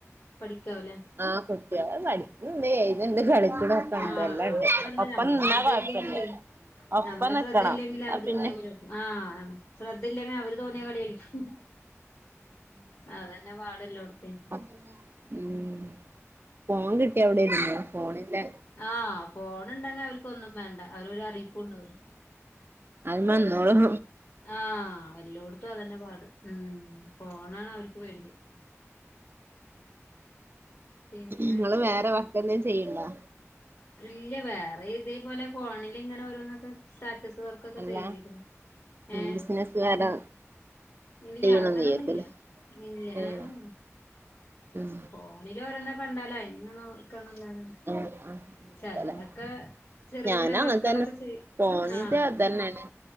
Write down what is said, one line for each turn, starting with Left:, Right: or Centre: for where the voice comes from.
Left: പഠിക്കാവുലെ?
Right: ആഹ് കുട്ട്യേള് പഠിക്ണ്ട്‌ ഏയ്‌ എയ്ത്ണ്ട് കളിക്കിനോക്കേണ്ട്
Left: ആഹ്
Right: എല്ലാണ്ട്
Left: ഒക്കെണ്ട്
Right: ഒപ്പം
Left: നമ്മളെ
Right: നിന്നാ
Left: ശ്രദ്ധ
Right: കൊഴപ്പല്ല.
Left: ഇല്ലെങ്കില്
Right: ഒപ്പം
Left: നമ്മളെ
Right: നിക്കണം
Left: ശ്രദ്ധയില്ലെങ്കിൽ
Right: എന്നാ
Left: അവര്
Right: പിന്നെ
Left: തോന്നിയപോലെ. ആ ശ്രദ്ധയില്ലെങ്കിൽ അവര് തോന്നിയ കളി കളിക്കും. അതന്നെ പാട് എല്ലോടത്തിം
Right: ഉമം.
Left: ഉ
Right: ഫോൺ കിട്ടിയ അവിടെ ഇരുന്നോളും. ഫോണിന്റെ
Left: ആഹ്. ഫോണണ്ടങ്ങേ അവർക്കൊന്നും വേണ്ട. അവരോരു അറിയിപ്പുംണ്ട
Right: അയിമമേ ന്നോളും
Left: ആഹ്. എല്ലോടത്തും അതന്നെ പാട്. മം ഫോണാണ് അവർക്ക് വേണ്ടി. പിന്നെ
Right: നിങ്ങള് വേറെ വർക്ക് എന്തേലും ചെയ്യണ്ടാ?
Left: ഇല്ല. വേറെ ഇതേപോലെ ഫോണിൽ ഇങ്ങനെ ഓരോന്നൊക്കെ സ്റ്റാറ്റസ് കൊക്കേ
Right: അല്ല
Left: ചെയ്തിരുന്നു.
Right: ഉം
Left: ഏഹ്
Right: ബിസിനസ് വേറെ
Left: ഇല്ല.
Right: ചെയ്യണന്ന്
Left: അങ്ങനൊന്നുല്ല
Right: വിചാരിക്കുല്ലേ
Left: ഇല്ല
Right: ഏഹ്
Left: ആഹ്..
Right: ഉം.
Left: ഫോണില് ഓരോന്ന്‌ കണ്ടാലാ. ആയിങ്ങനെ നോക്കണല്ലാതേ.
Right: ആഹ് ആഹ് അങ്ങനൊക്കല്ലേ
Left: ചിലതക്കെ ചെറിയ
Right: ഞാനും
Left: ചെറിയ
Right: അങ്ങനെ
Left: വർക്കുകളൊക്കെ
Right: തന്നെ
Left: ചെയ്യും.
Right: പോണത്
Left: ആഹ്
Right: അതന്നെയാണ്